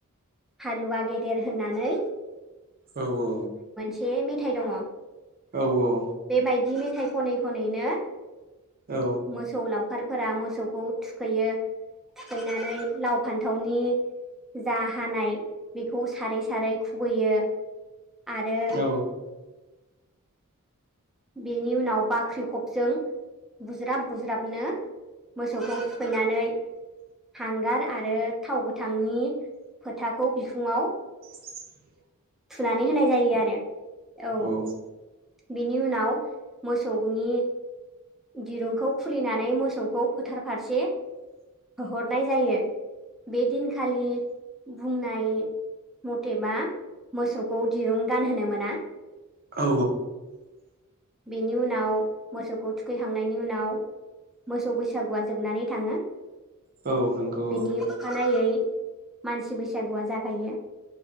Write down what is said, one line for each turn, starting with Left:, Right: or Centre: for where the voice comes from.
Centre: हालुवा गेदेर होननानै
Right: औ औ
Centre: से मेथायाइ दङ
Right: औ औ
Centre: बेबायदि मेथाइ खनै खनैनो
Right: औ
Centre: मोसौ लावखारफोरा मोसौखौ थुखैयो थुखैनानै लाव, फान्थावनि जा हानाय बेखौ सारै सारै खुबैयो आरो
Right: औ
Centre: बेनि उनाव बाख्रिखबजों बुज्राब बुज्राबनो मोसौखौ थुखैनानै हांगार आरो थाव गोथांनि फोथाखौ बिखुङाव
Right: <inaudible>
Centre: थुनानै होनाय जायो आरो
Right: होयो
Centre: औ बिनि उनाव मोसौनि दिरुंखौ खुलिनानै मोसौखौ फोथार फारसे होहरनाय जायो बे दिनखालि बुंनाय मथेबा मोसौखौ दिरुं गानहोनो मोना
Right: औ
Centre: बेनि उनाव मोसौखौ थुखैखांनायनि उनाव मोसौ बैसागुआ जोबनानै थाङो।
Right: औ नंगौ
Centre: बेनि अखानायै मानसि बैसागुआ जागायो।